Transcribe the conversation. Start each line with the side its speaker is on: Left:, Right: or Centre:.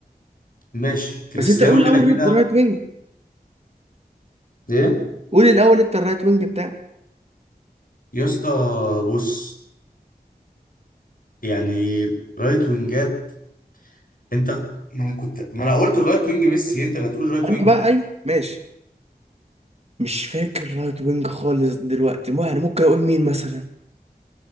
Left: ماشي كريستيانو
Right: بس انت قول الاول
Left: كده كده
Right: ريت- رايت وينج
Left: ايه
Right: قول الاول انت الرايت وينج بتاعك
Left: يا اسطى بص يعني رايت وينجات انت ما انا كنت ما انا قلت الرايت وينج ميسي انت اللي هتقول رايت
Right: انا
Left: وينج
Right: بقى ايوه ماشي مش فاكر رايت وينج خالص دلوقتي مو يعني ممكن اقول مين مثلا